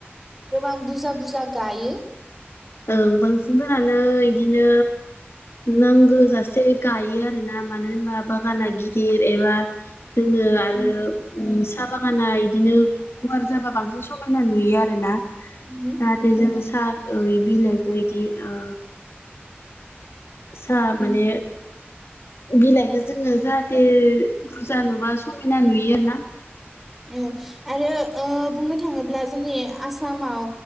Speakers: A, in the centre; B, on the left.
A: गोबां बुरजा बुरजा गायो।
B: ओं बांसिनफोरानो इदिनो नांगौ जासे गायो आरोना मानो होनबा बागाना गिदिर एबा जोङो आरो
A: उम
B: साहा बागानाय दिनो गुवार जाबा बांसिन समायना नुयो आरो ना।
A: उम
B: जाहाथे जों साहा ओइ बिलाइखौ इदि ओ सा
A: उम
B: माने बिलाइख जोङो जाहाथे बुरजा नुबा समायना नुयो आरो ना
A: उम आरो ओ बुंनो थाङोब्ला जोंनि आसामाव